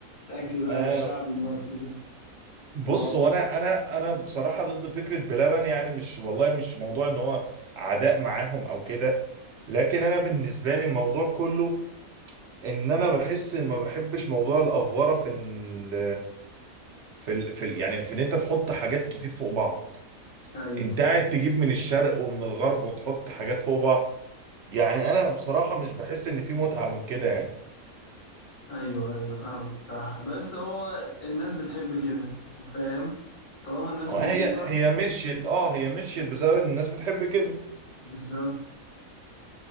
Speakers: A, on the left; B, on the right.
A: الاكل بقى
B: آه
A: الشعبي المصري ده
B: بص
A: العو-
B: هو انا انا انا بصراحه ضد فكره بلبن يعني مش والله مش موضوع ان هو عداء معاهم او كده لكن انا بالنسبه لي الموضوع كله ان انا بحس ما بحبش موضوع الافوره في ال في ال في ال يعني في ان انت تحط حاجات كتير فوق بعض
A: ايوه
B: انت قاعد تجيب من الشرق ومن الغرب وتحط حاجات فوق بعض يعني انا بصراحه مش بحس ان في متعه من كده يعني.
A: ايوه ايوه فاهمك بصراحة بس هو الناس بتحب كده وفاهم طالما الناس
B: آه،
A: مبسوطة
B: هي هي مشيت اه هي مشيت بسبب ان الناس بتحب كده
A: بالظبط